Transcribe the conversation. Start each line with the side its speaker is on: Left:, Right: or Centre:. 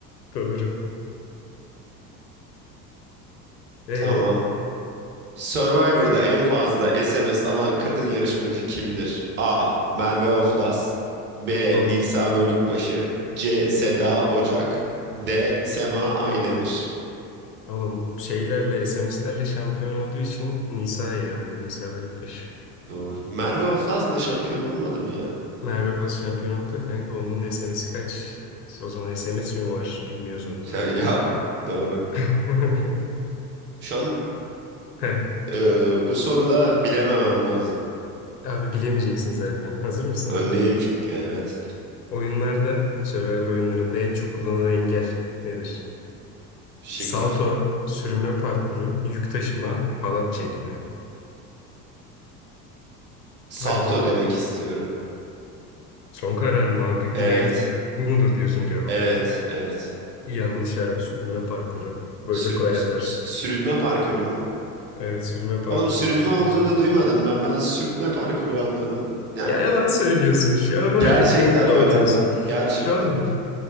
Left: Doğru. E,
Right: Tamam. Survivor'da en fazla SMS alan kadın yarışmacı kimdir? A. Merve Oflas B.
Left: aha.
Right: Nisa Bölükbaşı C. Seda Ocak D. Sema Aydemir
Left: Oğlum şeylerle SMS'lerle şampiyon olduğu için Nisa ya bu Nisa Bölükbaşı.
Right: Doğru. Merve Oflaz da şampiyon olmadı mı ya?
Left: Merve Faz şampiyon oldu da kanka onun SMS'i kaç? O zaman SMS mi var? Bilmiyoruz onu da.
Right: Ya, ya, doğru.
Left: <laughs>
Right: Şu an
Left: Heh.
Right: e, bu soruda bilememem lazım.
Left: Abi bilemeyeceksin zaten. Hazır mısın?
Right: Öndeyim çünkü evet.
Left: Oyunlarda, Survivor oyunlarında en çok kullanılan engel nedir?
Right: Şıklar.
Left: Salto, sürünme parkuru, yük taşıma, halat çekme.
Right: Salto
Left: Hadi bakalım.
Right: demek istiyorum.
Left: Son kararın mı abi?
Right: Evet.
Left: Net bu mudur diyorsun cevap.
Right: Evet. Evet.
Left: Yanlış abi sürünme parkuru. Böyle
Right: Sür-
Left: koyarlar.
Right: sü- sürünme parkuru mu?
Left: Evet sürünme parkuruymuş
Right: Oğlum sürünme olduğunu
Left: en çok olan.
Right: duymadım ben. Ben sürtme parkuru anladım. Yani
Left: Ya yalan
Right: ondan-
Left: söylüyorsun. Şu an var
Right: gerçekten
Left: ya kolpa
Right: öyle
Left: atıyorsun.
Right: anladım. Gerçekten
Left: Şu an
Right: öyle.